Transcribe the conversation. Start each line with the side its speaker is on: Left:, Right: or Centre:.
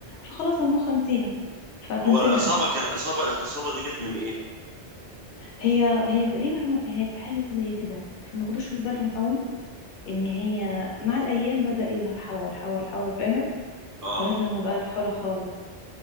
Left: فخلاص المخ نسيها فكنسلها
Right: هو الإصابة كان إصابة الإصابة دي جت من إيه؟
Left: هي هي تقريبا وقعت حاجة زي كده فما خدوش في بالهم قوي ان هي مع الأيام بدأ يظهر حول حول حول فاهم
Right: آه
Left: لغاية لما بقت حولة خالص